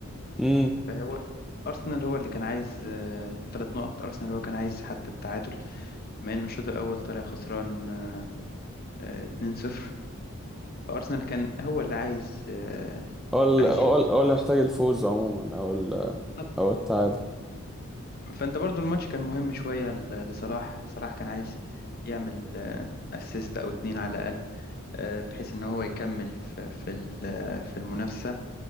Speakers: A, in the centre; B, on the left.
A: امم
B: فهو ارسنال هو اللي كان عايز ثلاث نقط ارسنال هو كان عايز حتى التعادل بما انه الشوط الاول طالع خسران آه، آه، 2-0 فارسنال كان هو اللي عايز آه،
A: هو ال-
B: عايز
A: هو
B: يكسب.
A: ال- هو اللي محتاج الفوز عموما أو ال-
B: بالظبط
A: أو التعادل
B: فانت برضو الماتش كان مهم شويه ل- لصلاح صلاح كان عايز يعمل اسيست او اتنين على الاقل آه، بحيث ان هو يكمل في في ال- في المنافسه